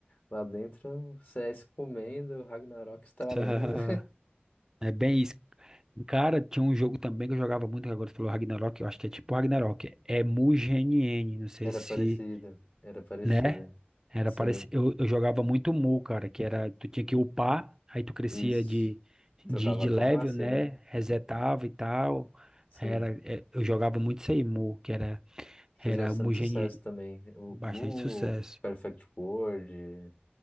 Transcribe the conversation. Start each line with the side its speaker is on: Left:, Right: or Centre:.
Left: lá dentro, o CS comendo, o Ragnarok estralando.
Right: <laughs> É bem isso. Cara, tinha um jogo também que eu jogava muito, que agora tu falou Ragnarok, eu acho que é tipo Ragnarok. É Mugen, N,
Left: <laughs>
Right: não sei
Left: Era
Right: se
Left: parecida, era parecida.
Right: Né? Era
Left: Sim,
Right: parece eu, eu jogava muito Mu, cara, que era tu tinha que upar, aí tu crescia
Left: isso.
Right: de de,
Left: Trocava
Right: de
Left: a
Right: level,
Left: classe,
Right: né?
Left: né?
Right: Resetava e tal.
Left: Sim.
Right: Era é, eu jogava muito isso aí, Mu, que era era
Left: Fez bastante
Right: o Mu Genie,
Left: sucesso também. O
Right: bastante
Left: Mu,
Right: sucesso.
Left: Perfect World,